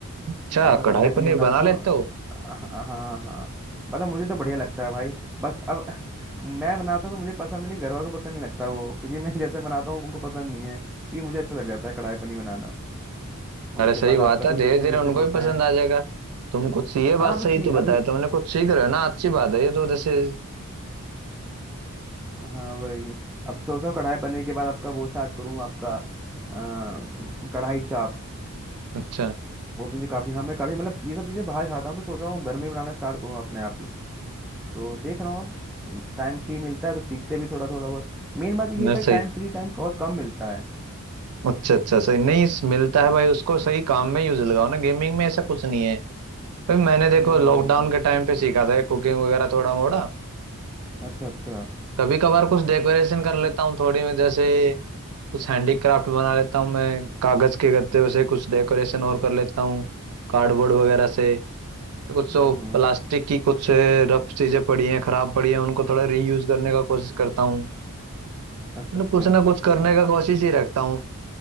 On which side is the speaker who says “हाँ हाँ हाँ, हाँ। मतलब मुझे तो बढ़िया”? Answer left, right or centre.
Centre